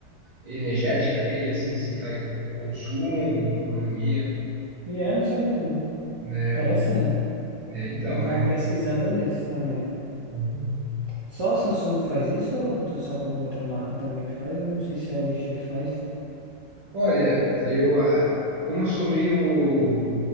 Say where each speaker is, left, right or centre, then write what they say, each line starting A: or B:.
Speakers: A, on the right; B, on the right.
A: energética dele, assim, se tá o consumo, economia,
B: E é, não sabia, não.
A: né?
B: Interessante.
A: É, então,
B: Vou dar
A: é.
B: uma pesquisada nesse também.
A: Uhum.
B: Só a Samsung que faz isso ou tu sabe alguma outra marca também que faz? Eu não sei se a LG faz.
A: Olha, eu, ah, como eu sou meio